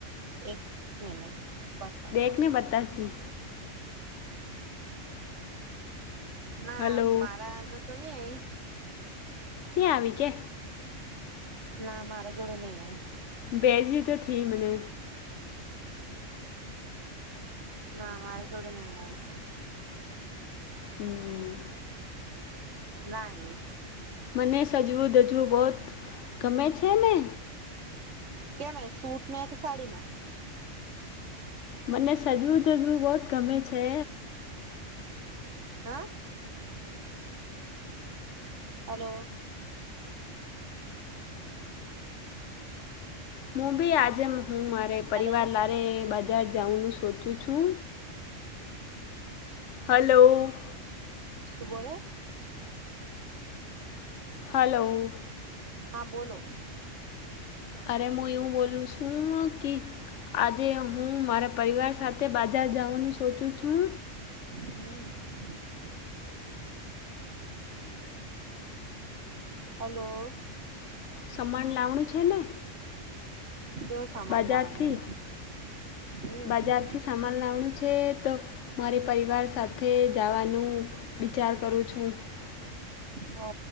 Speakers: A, on the right; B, on the left.
A: એક મિનટ બરખફો
B: દેખને બતાવતી
A: ના
B: હલો
A: મારા અંદર, તો નઈ, અહી
B: ની આવી કે
A: ના મારા જોડે નહી, હ.
B: બેજી, તો થી મને.
A: ના મારા જોડે નહી, આવે છે.
B: હમ.
A: ના, આયી.
B: મને સજવું દજવું બહુત ગમે, છેને
A: કેમે સૂટમા, કે સાડીમા.
B: મને સજવુ ધજવુ બહત, ગમે છે.
A: હા હલો.
B: મુુ બી આજે હુ મારે પરિવાર
A: હલો
B: લારે બજાર જવુંનું સોચું છું. હલો.
A: સુબરો.
B: હલો.
A: હા, બોલો.
B: અરે હુ, એવું બોલું છુ, ક આજે હુ, મારા પરિવાર સાથે બાજાર જવાનું સોચું છું.
A: હમ. હલો.
B: સમાન લાવણું છેને.
A: કેવો સામાન
B: બજારથી,
A: લાવવાનું હમ
B: બજારથી સામાન લાવણું છે. છે, તો મારે પરિવાર સાથે જવાનું વિચાર કરું છું. <unintelligible>
A: હો,